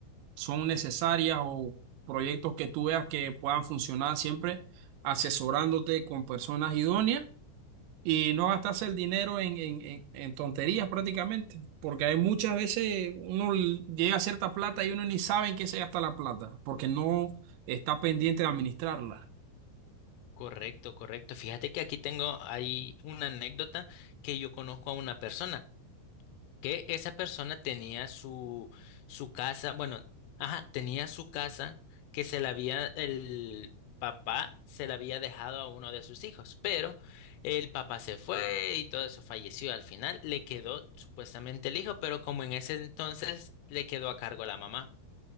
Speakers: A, on the right; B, on the left.
A: son necesarias o proyectos que tú veas que puedan funcionar siempre asesorándote con personas idóneas y no gastarse el dinero en, en, en, en tonterías prácticamente, porque hay muchas veces uno l- llega a cierta plata y uno ni sabe en qué se gasta la plata, porque no está pendiente de administrarla.
B: Correcto, correcto. Fíjate que aquí tengo ahí una anécdota que yo conozco a una persona. que esa persona tenía su, su casa, bueno, ajá, tenía su casa que se la había, el papá se la había dejado a uno de sus hijos, pero el papá se fue y todo eso falleció. Al final le quedó supuestamente el hijo, pero como en ese entonces le quedó a cargo la mamá.